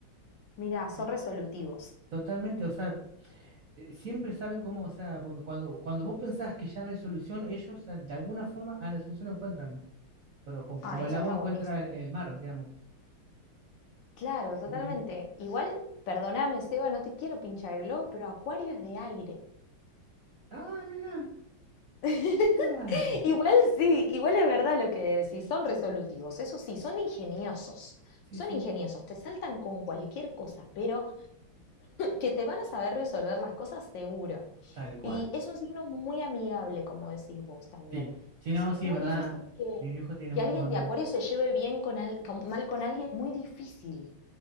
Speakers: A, on the left; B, on the right.
A: mira, son
B: ¿viste?
A: resolutivos.
B: Totalmente, o sea, eh, siempre saben cómo, o sea, porque cuando, cuando vos pensás que ya no hay solución, ellos eh, de alguna forma a la solución la encuentran. Pero como, como
A: Ah, eso
B: el agua
A: está
B: encuentra
A: buenísimo.
B: el, el mar, digamos.
A: Claro, totalmente.
B: Y-
A: Igual, perdóname, Seba, no te quiero pinchar el globo, pero Acuario es de aire.
B: ah, mira,
A: <laughs>
B: claro.
A: Igual sí, igual es verdad lo que decís, son resolutivos, eso sí, son ingeniosos,
B: Sí,
A: son
B: sí,
A: ingeniosos, te saltan con cualquier cosa, pero que te van a saber resolver las cosas seguro.
B: tal cual.
A: Y es un signo muy amigable, como decís vos también.
B: Sí, sí, no,
A: Es, es
B: sí,
A: muy
B: es verdad.
A: difícil que,
B: Mi viejo tiene
A: que
B: muchos
A: alguien
B: amigos.
A: de Acuario se lleve bien con, al- con- mal con alguien, muy difícil.